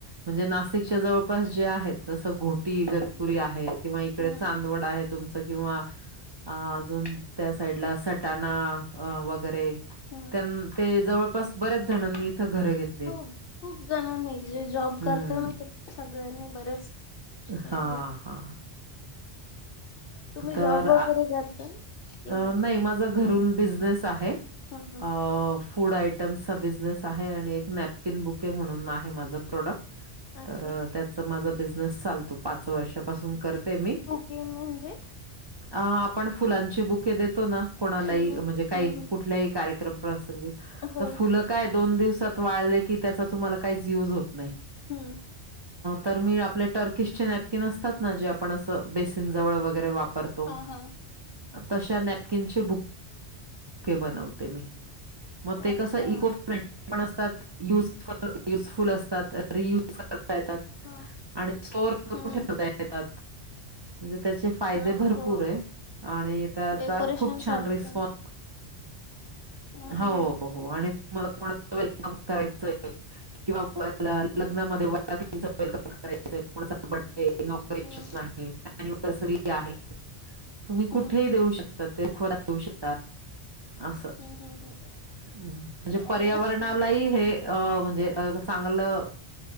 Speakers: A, on the right; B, on the left.
A: म्हणजे नाशिकच्या जवळपास जे आहेत तसं घोटीगतपुरी आहे किंवा इकडे
B: हम्म
A: चांदवड आहेत तुमच किंवा अजून त्या साईडला सटाणा वगैरे
B: हम्म
A: त्यां ते जवळपास बऱ्याच जणांनी इथं घर घेत
B: हो खूप जणांनी जे जॉब
A: हं.
B: करत ना ते सगळ्यांनी बरेच म्हणजे
A: हा हा.
B: तुम्ही
A: तर
B: जॉब
A: आ
B: वगैरे करता, कि
A: अ
B: नाही.
A: माझा घरून बिझनेस आहे.
B: हम्म हम्म
A: अ फूड आयटम्सचा बिझनेस आहे आणि एक नॅपकिन बुके म्हणून आहे माझं प्रोडक्ट
B: अच्छा
A: तर त्याचा माझा बिझनेस चालतो. पाच वर्षापासून करते मी
B: गेम म्हणजे
A: ह आपण फुलांची बुके देतो ना कोणाला
B: हम्म
A: म्हणजे काही
B: हम्म हम्म
A: कुठल्या कार्यक्रम प्रसंगी
B: हो
A: फुलं काय दोन दिवसात वा की त्याचा तुम्हाला काही युज होत नाही.
B: हम्म
A: तर मी आपले टर्किशचे नॅपकिन असतात. ना जे आपण अस बेसन बेसिन जवळ वगैरे वापरतो
B: हा हा
A: तशा नॅपकिन चे बुके बनते मी मग ते
B: अच्छा
A: कस इको पण असतात युजफुल असतात ता येतात
B: हा
A: आणि स्टोर करून
B: हम्म
A: ठेवता येतात म्हणजे त्याचे फायदे
B: अ
A: भरपूर
B: हो
A: आहे आणि त्याचा
B: डेकोरेशन
A: खूप छान
B: साठी
A: रिस्पॉन्
B: पण हम्म
A: हो
B: हम्म
A: हो आणि तुमला थड वेलकम करायचं आहे <inaudible> किंवा
B: हम्म
A: लग्नामध्ये व वेलकम करायच कोणा <inaudible> नॉेशन
B: हम्म
A: आहे अनिव्हर्सरी आहे तुम्ही कुठेही
B: हम्म
A: देऊ शकतात ते खोर देऊ शकतात. असं
B: हम्म हम्म हम्म हम्म हम्म.
A: म्हणजे
B: अरे
A: पर्यावरणालाही
B: वा छान
A: हे अ
B: आणि-
A: म्हणजे चांगलं